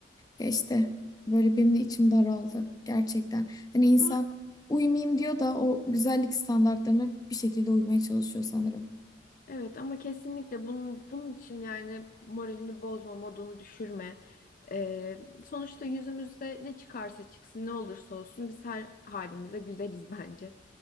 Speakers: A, on the left; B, on the left.
A: Ya işte böyle benim de içim daraldı. Gerçekten. Hani insan
B: Ama,
A: uyumayayım diyor da o güzellik standartlarına bir şekilde uymaya çalışıyor sanırım.
B: evet ama kesinlikle bunun, bunun için yani moralini bozma, modunu düşürme. Ee, sonuçta yüzümüzde ne çıkarsa çıksın ne olursa olsun biz her halimize güzeliz <laughs> bence.